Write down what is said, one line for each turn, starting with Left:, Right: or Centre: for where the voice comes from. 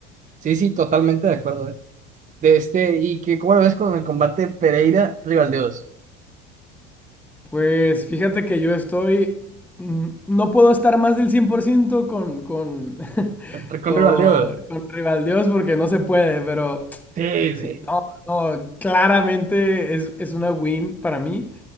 Right: Sí, sí, totalmente de acuerdo, ¿eh? De este, y que, ¿cómo lo ves con el combate Pereira-Rivaldeos?
Centre: Pues fíjate que yo estoy, mm, no puedo estar más del 100% con, con, <laughs>
Right: Rincón
Centre: con,
Right: Rivaldeo.
Centre: con Rivaldiós porque no se puede, pero
Right: Sí,
Centre: sí,
Right: sí.
Centre: no, no, claramente es, es una win para mí,